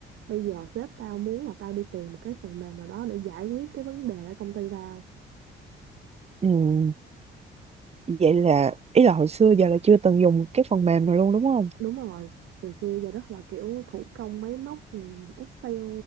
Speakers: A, on the right (about 85°); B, on the right (about 30°).
A: bây giờ sếp tao muốn là tao đi tìm một cái phần mềm nào đó để giải quyết cái vấn đề ở công ty tao
B: Ừ, vậy là ý là hồi xưa giờ là chưa từng dùng cái phần mềm nào luôn đúng không?
A: đúng rồi từ xưa giờ rất là kiểu thủ công máy móc ừ, Excel